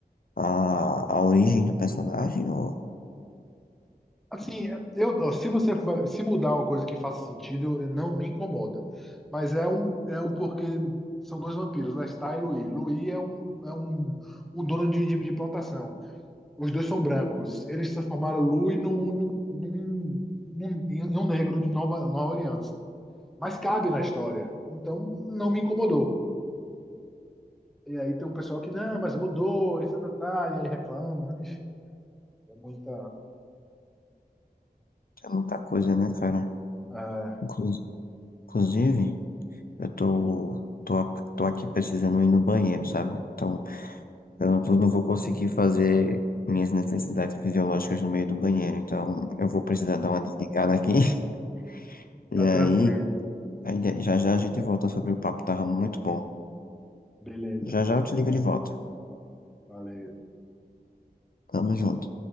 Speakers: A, on the left (about 60°); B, in the centre.
A: a, a origem do personagem, ou
B: Assim, eu, se você fa- se mudar uma coisa que faça sentido, não me incomoda. Mas é um é o porque são dois vampiros, Lestat e Louis. Louis é um, é um, um dono de, de de plantação. Os dois são brancos. Eles transformaram Louis num, num, num, num, em um negro de Nova, Nova Orleans. Mas cabe na história. Então, não me incomodou. E aí tem um pessoal que, não, mas mudou, e, tá, tá, tá", e aí reclama. Enfim, é muita.
A: é muita coisa, né, cara?
B: ah,
A: Inclu- Inclusive, eu tô, tô, a- tô aqui precisando ir no banheiro, sabe? Então, eu não tô- não vou conseguir fazer minhas necessidades fisiológicas no meio do banheiro, então eu vou precisar dar uma desligada aqui, <laughs> e
B: tá
A: aí.
B: tranquilo.
A: A ideia- Já já a gente volta sobre o papo, tava muito bom.
B: Beleza.
A: Já já eu te ligo de volta.
B: Valeu.
A: Tamo junto.